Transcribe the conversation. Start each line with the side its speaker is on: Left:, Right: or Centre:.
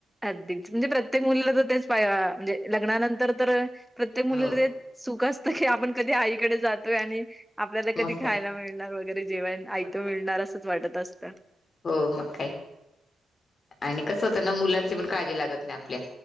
Centre: अगदीच, म्हणजे प्रत्येक मुलीला तर तेच पाहि, म्हणजे लग्नानंतर तर प्रत्येक मुलीला
Left: हो
Centre: ते सुख असतं की आपण कधी आईकडे जातोय आणि आपल्याला कधी
Left: मग
Centre: खायला
Left: काय
Centre: मिळणार वगैरे जेवण. आयतं
Left: मग
Centre: मिळणार असंच वाटत असतं.
Left: हो मग काय आणि कसं होत ना मुलांची पण काळजी लागत नाही आपल्या.